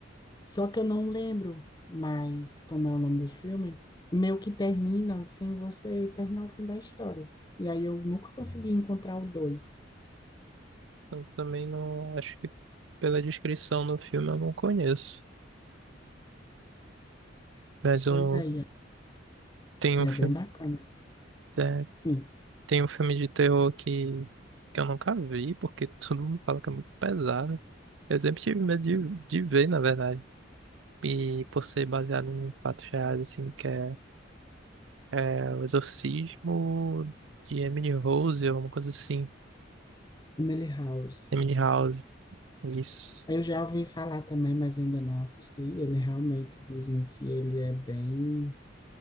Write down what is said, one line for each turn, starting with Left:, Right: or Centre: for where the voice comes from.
Left: Só que eu não lembro mais como é o nome desse filme. Meio que termina sem você terminar o fim da história. E aí eu nunca consegui encontrar o dois.
Right: Eu também não, acho que pela descrição do filme eu não conheço. Mas um,
Left: Pois é, e é
Right: tem
Left: e
Right: um
Left: é
Right: filme,
Left: bem bacana.
Right: é,
Left: Sim,
Right: tem um filme de terror que, que eu nunca vi, porque <laughs> todo mundo fala que é muito pesado. Eu sempre tive medo de, de ver, na verdade. E por ser baseado em fatos reais, assim, que é, é o exorcismo de Emily Rose, ou uma coisa assim.
Left: Emily House.
Right: Emily House, isso.
Left: Eu já ouvi falar também, mas ainda não assisti. Ele realmente dizem que ele é bem